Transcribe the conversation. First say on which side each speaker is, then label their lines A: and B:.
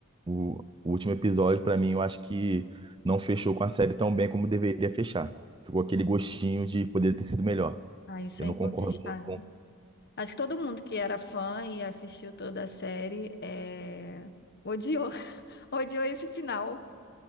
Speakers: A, on the right; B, on the left.
A: O, o último episódio, pra mim, eu acho que não fechou com a série tão bem como deveria fechar. Ficou aquele gostinho de poder ter sido melhor.
B: Ah, isso
A: Eu
B: é
A: não
B: incontestável.
A: concordo muito
B: Acho que todo mundo que era fã e assistiu toda a série é, odiou, <laughs> odiou esse final.